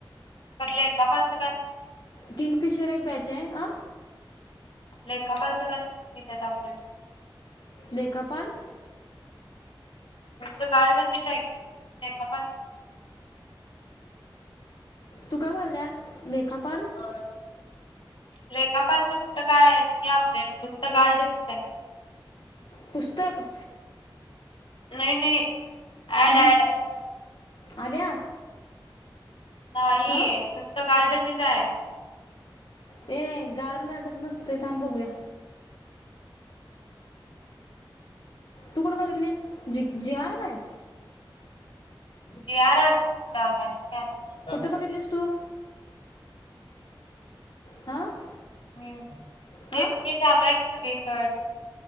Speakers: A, on the left; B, on the left.
A: कुटल्या एका का <unintelligible>
B: किंगफिशर एक बॅच हाय,, हं
A: लेखापालच काय, येत्यात अपडेट.
B: लेखापाल?
A: तेंच कार्ड आहे का <unintelligible> लेखापाल
B: तू काय म्हणाल्यास,, लेखापाल.?
A: बाबा. लेखपांचं कुठं काय आहे नाही अपडेट,,, नुसतं गार्डच आहे.
B: पुस्तक.
A: नाही नाही, ऍड
B: हं?
A: ॲड
B: आल्या
A: नाही,
B: हां
A: नुसतं गार्ड चीच हाय.
B: ते गार्ड नै, तसं नसतय थांब बघूया. तू कुट बघलीस? जी जी आर आलय.
A: जीआर आलाता काय.?
B: कुठं बघितलीस तू हां.
A: हम्म, तेच
B: हां
A: की चालू आय की सगळीकडं,